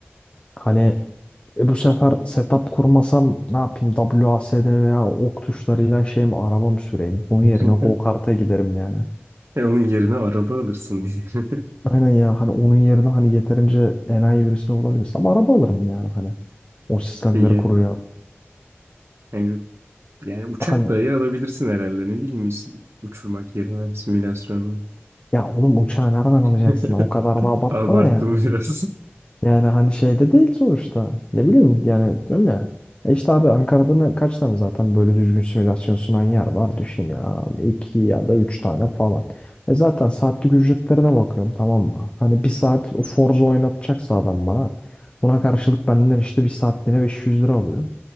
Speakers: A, on the left (about 25°); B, on the right (about 70°).
A: Hani E bu sefer setup kurmasam ne yapayım? W A S D veya ok tuşlarıyla şey mi arabam süreyim? Onun
B: <laughs>
A: yerine go-kart'a giderim yani.
B: E, onun yerine araba alırsın diye.
A: Aynen ya hani onun yerine hani yeterince enayi birisini bulabilirsin. Ama araba alırım yani hani. O sistemleri
B: <laughs> İyi.
A: kuracağım.
B: Yani Yani uçak
A: Hani
B: dahi alabilirsin herhalde ne bileyim uçurmak yerine simülasyonla.
A: ya oğlum uçağı nereden alacaksın?
B: <laughs>
A: O kadar da abartma
B: Abarttım
A: da yani.
B: biraz.
A: Yani hani şeyde değil sonuçta. Ne bileyim yani diyorum ya. E işte abi Ankara'da ne- kaç tane zaten böyle düzgün simülasyon sunan yer var düşün ya. iki ya da üç tane falan. E zaten saatlik ücretlerine bakıyorum tamam mı? Hani bir saat o Forza oynatacaksa adam bana. Buna karşılık benden işte bir saatliğine 500 lira alıyor.